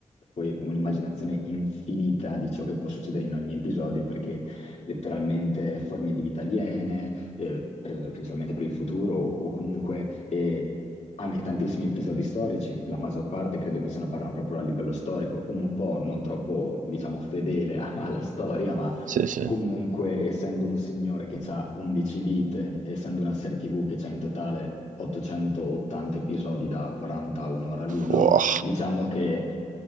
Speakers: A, on the left (about 65°); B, on the right (about 85°).
A: poi un'immaginazione infinita di ciò che può succedere in ogni episodio, perché letteralmente forme di vita aliene eh, per- principalmente per il futuro o comunque eh, anche tantissimi episodi storici, la maggior parte credo che se ne parlano proprio a livello storico, un po' non troppo, diciamo, fedele a- alla storia, ma
B: sì, sì.
A: comunque essendo un signore che ha 11 vite, essendo una serie TV che ha in totale 880 episodi da 40 a un'ora l'uno,
B: Wow.
A: diciamo che